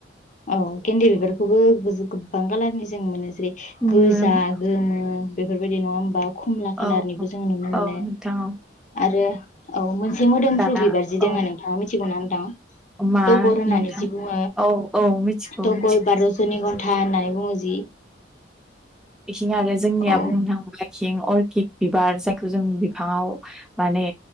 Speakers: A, on the left (about 40°); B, in the centre.
A: औ गेन्दे बिबारखौबो गो गोबां खालारनि जों मोनो जेरै
B: उम,
A: गोजा
B: नुनो मोन
A: गोमो बेफोरबायदि नङा होमबा खमला खालारनिबो
B: औ औ
A: जोङो नुनो मोनो
B: औ नोंथां औ
A: आरो औ मोनसे मोदोमफ्रु
B: दाना
A: बिबारजि
B: औ
A: दोङो नोंथाङा मिथिगौना
B: मा
A: तगर होननानै
B: नोंथां
A: जि बुङो
B: औ औ मिथिगौ
A: तगर
B: मिथिगौ
A: बा रजनि गन्था होननानै बुङो जि
B: बेथिं आरो जोंनिया
A: औ
B: बुंनो थाङोबा खिं अर्किड बिबार जायखौ जों बिफाङाव माने